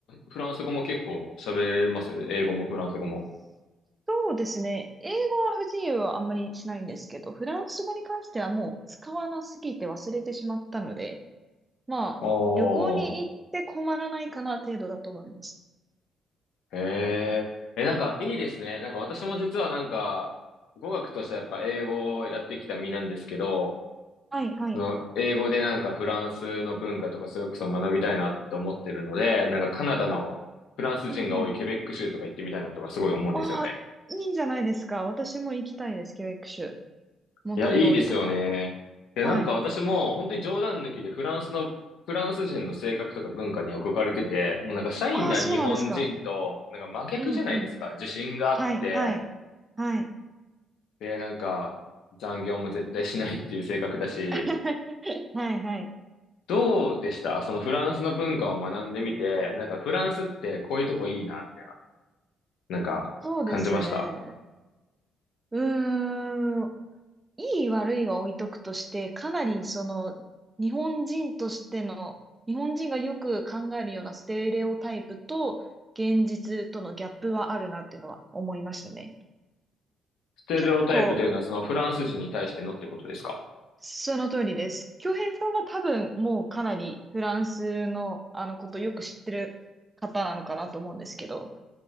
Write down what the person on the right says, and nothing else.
そうですね。英語は不自由はあんまりしないんですけど、フランス語に関してはもう使わなすぎて忘れてしまったので、まあ、
旅行に行って困らないかな程度だと思います。
はい、はい。
あ、うんうん。ああ、いいんじゃないですか。私も行きたいです。教ク州。モントリオールとか。
はい。
ああ、そうなんですか。
うんうん。
はい、はい。はい、
<laughs> はい、はい。
そうですね。うーん。いい悪いは置いとくとして、かなりその日本人としての、日本人がよく考えるようなステレオタイプと現実とのギャップはあるなっていうのは思いましたね。
結構その通りです。京平さんは多分もうかなりフランスのあのことよく知ってる方なのかなと思うんですけど、